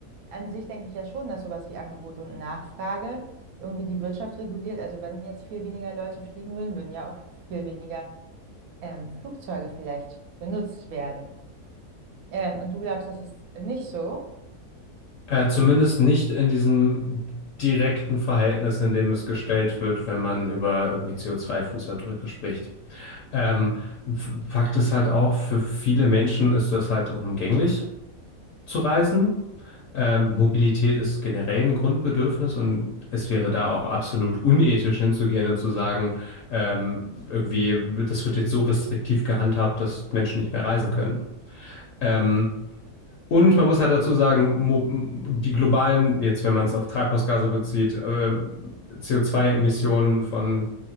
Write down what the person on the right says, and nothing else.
an sich denke ich ja schon, dass sowas wie Angebot und Nachfrage irgendwie die Wirtschaft reguliert. Also wenn jetzt viel weniger Leute fliegen würden, würden ja auch viel weniger ähm, Flugzeuge vielleicht benutzt werden. Ähm, und du glaubst, das ist nicht so?